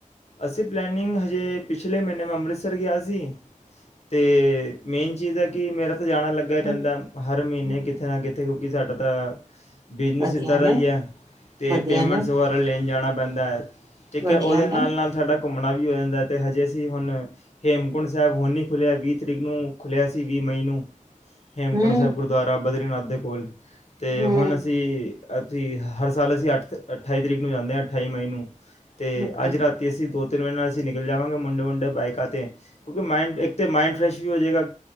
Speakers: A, on the left; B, on the right.
A: ਅਸੀਂ ਪਲੈਨਿੰਗ ਹਜੇ ਪਿਛਲੇ ਮਹੀਨੇ ਮੈਂ ਅੰਮ੍ਰਿਤਸਰ ਗਿਆ ਸੀ ਅਤੇ ਮੇਨ ਚੀਜ਼ ਹੈ। ਕਿ ਮੇਰਾ ਜਾਣਾ ਲੱਗਾ
B: ਹਮ
A: ਹੀ ਰਹਿੰਦਾ ਹਰ ਮਹੀਨੇ
B: ਹਮ
A: ਕਿਥੇ ਨਾ ਕਿੱਤੇ ਕਿ ਸਾਡਾ ਤਾਂ ਬਿਜ਼ਨਸ
B: ਵਧੀਆ
A: ਇੱਧਰ ਆ
B: ਨੇ
A: ਹੀ ਹੈ। ਅਤੇ
B: ਵਧੀਆ
A: ਪੇਮੈਂਟਸ
B: ਨੇ
A: ਵਗੈਰਾ ਲੈਣ ਜਾਣਾ ਬੰਦਾਰ- ਠੀਕ
B: ਵਧੀਆ
A: ਹੈ ਉਹਦੇ
B: ਨੇ
A: ਨਾਲ ਨਾਲ ਸਾਡਾ ਘੁੰਮਣਾ ਵੀ ਹੋ ਜਾਂਦਾ ਤੇ ਹਜੇ ਅਸੀਂ ਹੁਣ ਹੇਮਕੁੰਟ ਸਾਹਿਬ ਹੁਣ ਨਹੀਂ ਖੁੱਲ੍ਹਿਆ ਵੀਹ ਤਰੀਕ ਨੂੰ ਖੁੱਲਿਆ ਸੀ ਵੀਹ ਮਈ ਨੂੰ ਹੇਮਕੁੰਟ
B: ਹਮ
A: ਸਾਹਿਬ ਗੁਰਦੁਆਰਾ ਬਦਰੀਨਾਥ ਉਹਦੇ ਕੋਲ ਅਤੇ
B: ਹਮ
A: ਹੁਣ ਅਸੀਂ ਅਸੀਂ ਹਰ ਸਾਲ ਅਸੀਂ ਅੱਠ ਅਠਾਈ ਤਰੀਕ ਨੂੰ ਜਾਂਦੇ ਹਾਂ ਅਠਾਈ ਮਈ ਨੂੰ ਤੇ
B: ਹਮ
A: ਅੱਜ ਰਾਤ ਅਸੀਂ ਦੋ ਤਿੰਨ ਵਜੇ ਅਂ ਨਿਕਲ ਜਾਵਾਂਗੇ ਮੁੰਡੇ ਮੁੰੇ ਬਾਈਕਾਂ ਤ। ਕਿਉਂਕਿ ਮਂਡ ਇੱਕ ਤੇ ਮਾਈੰਡ ਫਰੈਸ਼ ਜੀ ਹੋ ਜੇਗਾ।